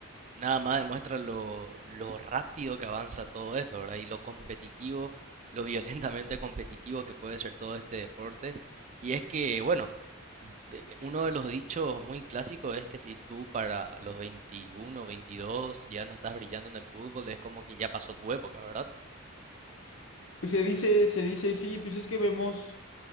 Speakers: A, on the right; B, on the left.
A: nada más demuestra lo, lo rápido que avanza todo esto, ¿verdad? Y lo competitivo, lo <laughs> violentamente competitivo que puede ser todo este deporte. Y es que, bueno, eh, Uno de los dichos muy clásicos es que si tú para los 21, 22 ya no estás brillando en el fútbol, es como que ya pasó tu época, ¿verdad?
B: Pues se dice, se dice, sí, pues es que vemos